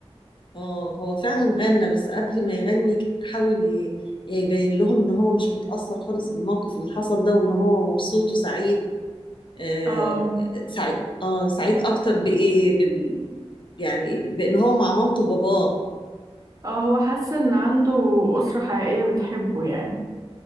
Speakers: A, on the left (about 50°); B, on the right (about 35°).
A: اه هو فعلا غنى بس قبل ما يغني حاول ي- يبين لهم ان هو مش متاثر خالص بالموقف اللي حصل ده وان هو مبسوط وسعيد آه
B: اه
A: سعيد اه سعيد اكتر بايه بال... يعني بان هو مع مامته وباباه
B: اه هو حس ان عنده أسرة حقيقية بتحبه يعني